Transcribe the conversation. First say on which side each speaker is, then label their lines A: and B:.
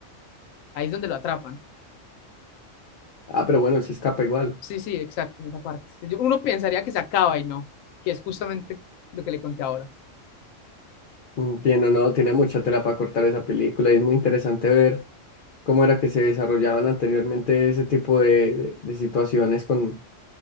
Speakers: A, on the left; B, on the left.
A: Ahí es donde lo atrapan.
B: Ah, pero bueno, se escapa igual.
A: Sí, sí, exacto, en esa parte. Yo- uno pensaría que se acaba y no, que es justamente lo que le conté ahora,
B: Mm, Tiene, no, tiene mucha tela para cortar esa película y es muy interesante ver cómo era que se desarrollaban anteriormente ese tipo de, de situaciones con,